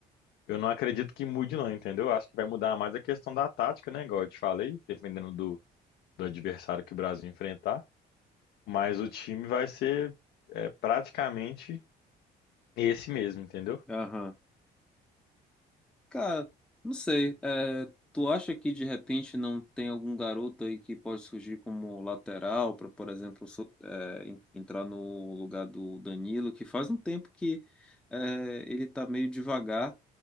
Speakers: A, on the left; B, in the centre.
A: eu não acredito que mude, não, entendeu? Acho que vai mudar mais a questão da tática, né? Igual eu te falei, dependendo do do adversário que o Brasil enfrentar, mas o time vai ser é, praticamente esse mesmo, entendeu?
B: aham. Cara, não sei. É, tu acha que de repente não tem algum garoto aí que pode surgir como lateral para, por exemplo, so- é, en- entrar no lugar do Danilo, que faz um tempo que é, ele tá meio devagar,